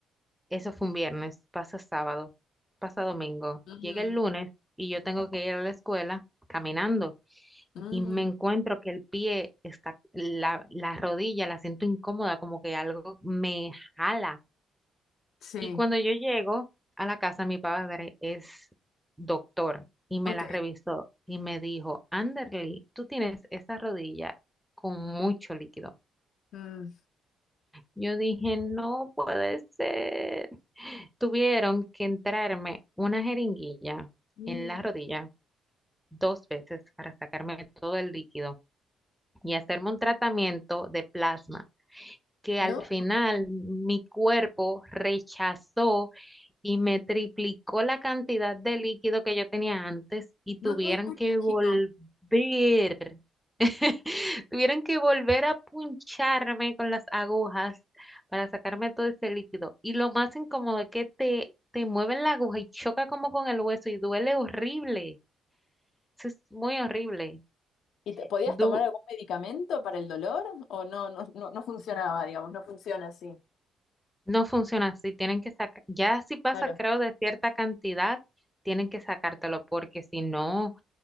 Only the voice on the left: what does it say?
Mm,
mm,
sí,
ok.
Mm,
mm,
¿No?
no todo es
mágico.
¿Y te- podías
tomar algún medicamento para el dolor? ¿O no, no, no, no funcionaba, digamos, no funciona así?
Claro.